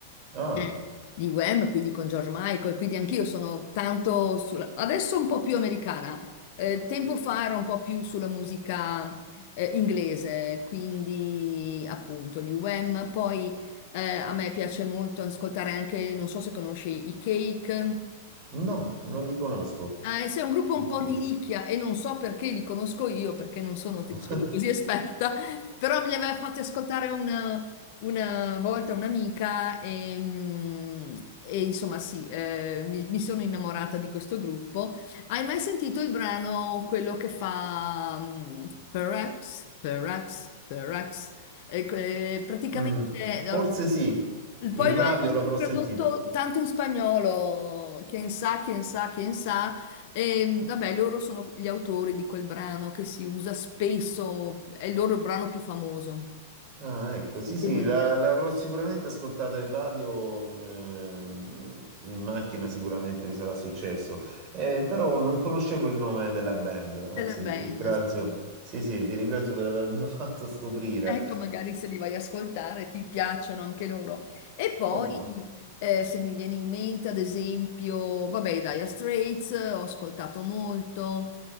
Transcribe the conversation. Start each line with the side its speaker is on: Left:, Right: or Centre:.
Right: Ah,
Left: Mm. gli UM, quindi con George Michael, quindi anch'io sono tanto sulla... Adesso un po' più americana, eh, tempo fa era un po' più sulla musica eh, inglese, quindi appunto gli UM. Poi eh, a me piace molto ascoltare anche, non so se conosci i Cake.
Right: no, non li conosco.
Left: Eh, sei un gruppo
Right: Ok.
Left: un po' di nicchia e non so perché li conosco io, perché non sono, ti
Right: <laughs>
Left: dicevo, così esperta, però me li aveva fatti ascoltare una, una volta un'amica e, mm, e insomma sì, eh, mi, mi sono innamorata di questo gruppo. Hai mai sentito il brano, quello che fa mm, Perhaps, Perhaps, Perhaps? E que- praticamente
Right: Mm,
Left: eh,
Right: forse sì, in
Left: poi
Right: radio
Left: lo hanno
Right: l'avrò
Left: anche
Right: sentito.
Left: tradotto tanto in spagnolo, quien sa, quien sa, quien sa. E, vabbè, loro sono gli autori di quel brano che si usa spesso, è il loro brano più famoso,
Right: Ah, ecco, sì, sì,
Left: devo
Right: la-
Left: dire,
Right: l'avrò sicuramente ascoltata in radio, ehm, in macchina sicuramente mi sarà successo, Eh, però non conoscevo il nome della band, anzi
Left: della band.
Right: ti ringrazio,
Left: sì.
Right: sì, sì, ti ringrazio per avermelo <laughs> fatto scoprire.
Left: Ecco, magari se li vai a ascoltare ti piacciono anche loro. E Sì. poi,
Right: Come no?
Left: eh, se mi viene in mente, ad esempio, vabbè, i Dire Straits, ho ascoltato molto,